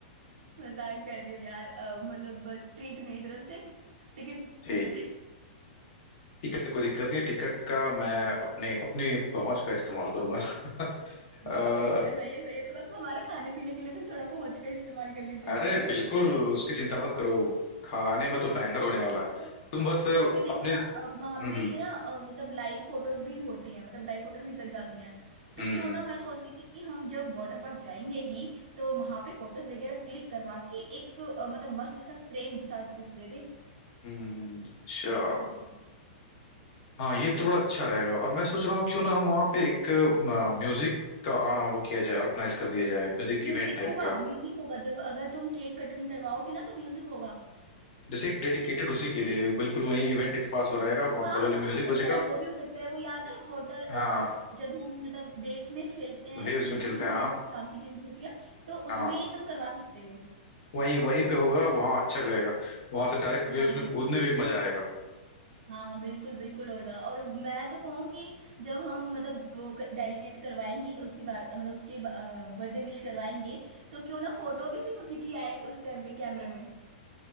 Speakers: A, on the right; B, on the left.
A: <laughs> मजाक कर रही हूँ यार अ, मतलब ट्रीट मेरी तरफ से टिकट
B: ठीक
A: तरफ से
B: टिकट का कोई दिक्कत नहीं है टिकट का मैं अपने अपनी पहुंच का इस्तेमाल करूंगा <laughs> अ,
A: वाह बेटे सही है सही है थोड़ा हमारे खाने पीने के लिए भी थोड़ा पहुंच का इस्तेमाल कर लीजिएगा
B: अरे
A: अपने
B: बिल्कुल उसकी चिंता मत करो खाने में तो बैंगर होने वाला है
A: तो
B: तुम बस
A: तो फिर देखो
B: अपने
A: ना
B: हम्म
A: वहां पे ना अ, मतलब लाइव फोटोज भी होती हैं मतलब लाइव फोटोज निकल जाती हैं तो
B: हम्म
A: क्यों
B: हम्म,
A: ना मैं सोच रही थी कि हम जब वाटर पार्क जाएंगे ही तो वहां पे फोटोज वगैरह क्लिक करवा के एक अ, मतलब मस्त सा फ्रेम साथ कुछ दे दे
B: हम्म, अच्छा
A: क्या सोच रहे हो
B: हाँ ये तो बड़ा अच्छा रहेगा और मैं सोच रहा हूँ क्यों ना हम वहाँ पे एक म्यूजिक का अ, वो किया जाए ऑर्गेनाइज कर दिया जाए म्यूजिक
A: म्यूजिक
B: इवेंट टाइप
A: होगा
B: का
A: म्यूजिक होगा जब अगर तुम केक कटिंग करवाओगे ना तो म्यूजिक होगा
B: जैसे एक डेडिकेटेड उसी के लिए बिल्कुल वहीं इवेंट के पास हो रहेगा वहाँ
A: हाँ
B: बगल
A: वो
B: में
A: भी
B: म्यूजिक
A: हो सकता
B: बजेगा
A: है वो भी हो सकता है वो याद है वाटर
B: हाँ
A: जब हम मतलब वेव्स में खेलते हैं
B: वेव्स
A: वेव्स
B: में खेलते
A: होते
B: हैं हाँ
A: हैं जब शाम के टाइम जो होती है तो
B: हाँ
A: उसमें तुम करवा सकते हो
B: वहीं वहीं पे होगा वहाँ अच्छा लगेगा वहां से डायरेक्ट वेव्स
A: हाँ बिल्कुल
B: में कूदने भी मजा आएगा
A: हाँ बिल्कुल बिल्कुल होएगा और मैं तो कहूँ कि जब हम मतलब वो डेलीकेट करवाएंगे उसकी बात मतलब उसके बर्थडे विश करवाएंगे तो क्यों ना फोटो भी सिर्फ उसी की आए उस टाइम पे कैमरे में